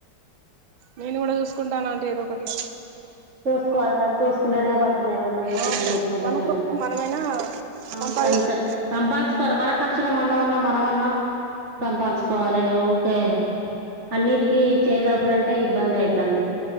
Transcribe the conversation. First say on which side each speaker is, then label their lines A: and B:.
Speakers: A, on the right (about 80°); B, on the right (about 40°).
A: నేను కూడా చూసుకుంటాను ఆంటీ ఏదో ఒకటి
B: చూసుకోవాలె తల్లి చూసుకుంటనే బ తుకుదెరువు ఉన్నది. ఉట్టిగ
A: అవును
B: ఉంటే ఎట్లుంటది
A: మన
B: మనకు.
A: కోసం మనమైనా
B: అవును
A: సంపాదించుకోవాలి
B: సంత సంపాదించుకోవాలె మన ఖర్సు చుల మందమన్నా మనమన్నా సంపాదించుకోవాలె. ఇగ ఊకే అన్నిటికిీ చేయిసాపుడు అంటే ఇబ్బందే అయితాంది.